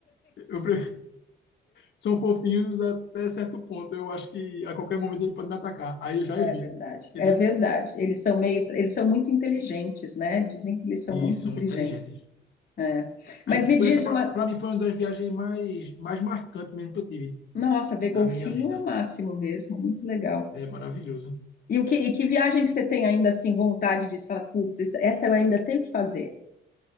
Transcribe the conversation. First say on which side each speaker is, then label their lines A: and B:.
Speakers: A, on the left (about 65°); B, on the left (about 50°).
A: Eu pre- São fofinhos até certo ponto. Eu acho que a qualquer momento ele pode me atacar. Aí eu já
B: É
A: evito.
B: verdade,
A: Entendeu?
B: é verdade. Eles são meio, eles são muito inteligentes, né? Dizem que eles são
A: E
B: muito
A: são
B: inteligentes.
A: muito inteligentes.
B: É. Mas
A: Aí, tipo,
B: me diz
A: essa pra,
B: uma,
A: pra mim foi uma das viagens mais, mais marcantes mesmo que eu tive
B: nossa, ver golfinho
A: na minha vida.
B: é o máximo mesmo, muito legal.
A: É maravilhoso.
B: E o que, e que viagem que você tem ainda assim vontade disso? Fala, putz, essa essa eu ainda tenho que fazer.